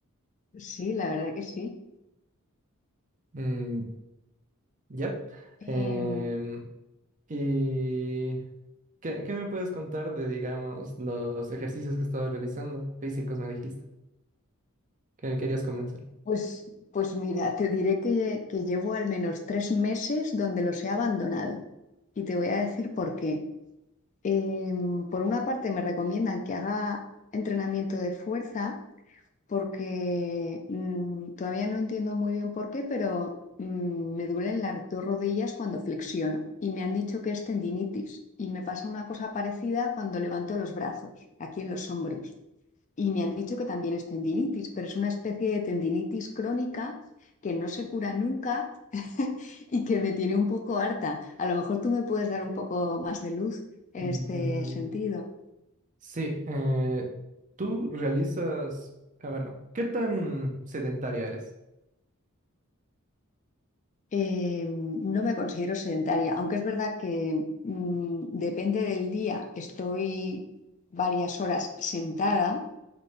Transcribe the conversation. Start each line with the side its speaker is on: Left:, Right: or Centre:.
Left: sí, la verdad que sí.
Right: Mm, ya.
Left: Eh,
Right: Em, ¿y qué, qué me puedes contar de, digamos, los ejercicios que estabas realizando? Físicos, me dijiste, que querías comenzar.
Left: Pues, pues mira, te diré que, que llevo al menos tres meses donde los he abandonado y te voy a decir por qué. Em, por una parte me recomiendan que haga entrenamiento de fuerza porque mm, todavía no entiendo muy bien por qué, pero mm, me duelen las dos rodillas cuando flexiono y me han dicho que es tendinitis y me pasa una cosa parecida cuando levanto los brazos, aquí en los hombros. Y me han dicho que también es tendinitis, pero es una especie de tendinitis crónica que no se cura nunca <laughs> y que me tiene un poco harta. A lo mejor tú me puedes dar un poco más de luz en
Right: Mm,
Left: este sentido.
Right: sí, eh, tú realizas, ah, bueno, ¿qué tan sedentaria eres?
Left: Eh, no me considero sedentaria, aunque es verdad que mm, depende del día, estoy varias horas sentada,